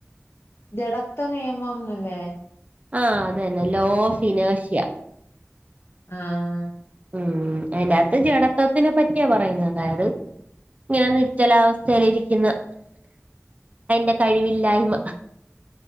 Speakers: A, on the left; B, on the right.
A: ജടത്വ നിയമം ന്നല്ലേ?
B: ആഹ് അത് തന്നെ ലോ ഓഫ് ഫിനാഷ്യ.
A: ആഹ്
B: ഉം അയ്ന്റാത്ത് ജഡത്വത്തിനെ പറ്റിയാ പറയുന്നത് അതായത് ഇങ്ങനെ നിശ്ചലാവസ്ഥയിൽ ഇരിക്കുന്ന അയിന്റെ കഴിവില്ലായ്മ